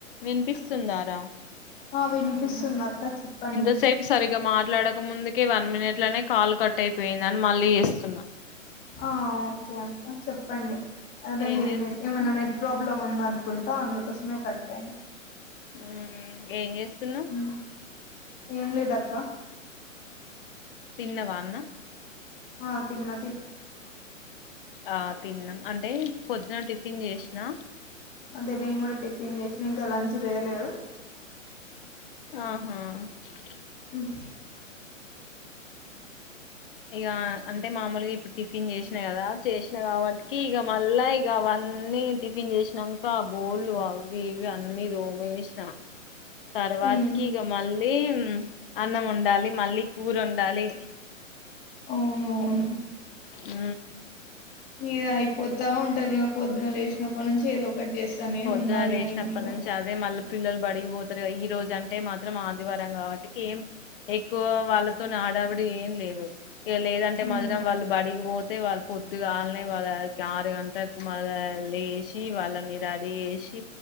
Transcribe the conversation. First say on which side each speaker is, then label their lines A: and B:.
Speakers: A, on the left; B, on the left.
A: వినిపిస్తుందారా
B: ఆ వినిపిస్తుంది అక్క చెప్పండి
A: ఇంత సేపు సరిగ్గా మా మాట్లాడక ముందుకే వన్ మినిట్ లోనే కాల్ కట్ అయిపోయిందని మళ్ళీ చేస్తున్నా
B: ఆ ఓ కే అక్క చెప్పండి అదే
A: ఏం
B: మీది
A: చేస్తున్నావ్
B: నెట్ ఏమైనా నెట్ ప్రాబ్లమ్ <unintelligible> ఆ అందుకోసమే కట్ అయింది
A: హుమ్ ఏం చేస్త న్నవ్
B: ఉమ్, ఏం లేదక్క
A: తిన్నవా అన్నా
B: ఆ తిన్న
A: ఆ తిన్నాం అంటే పొద్దున టిఫిన్ చేసి నా
B: అంతే నేను కూడా టిఫిన్ చేసిన ఇంకా లంచ్ చేయలేదు
A: ఆహా <unintelligible>
B: <unintelligible>
A: ఇక అంటే మామూలుగా ఇప్పుడు టిఫిన్ చేసినా కదా చేసినా కాబట్టికి ఇక మళ్ళా ఇక అవన్నీ టిఫిన్ చేసినాక బోళ్ళు అవి ఇవి అన్ని తోమేసిన తర్వాతకి
B: ఉమ్,
A: ఇగ మళ్ల్ మళ్ళీ అన్నం వండాలి మళ్ళీ కూర వండాలి
B: అవును అవును
A: ఊ
B: ఇగ అయిపోతా ఉంటదిక పొద్దున లేచినప్పటి నుంచి ఏదో ఒకటి చేస్తానే
A: పొద్దున
B: ఉండాలి
A: లేసినప్పటి
B: ఇగ ఇంట్లో
A: నుంచి అదే మళ్ళీ పిల్లలు బడికి పో ఈరోజు అంటే మాత్రం ఆదివారం కాబట్టికి ఏం ఎక్కువ వాళ్ళతోనా హడావిడి ఏం లేదు ఇగ లేదంటే
B: ఉమ్,
A: మధురం వాళ్ళు బడిగిపోతే వాళ్ళు పొద్దుగాలనే వాళ్ళకి ఆరు గం టలకి మళ్ళ లేసి వాళ్ళని రెడీ చేసి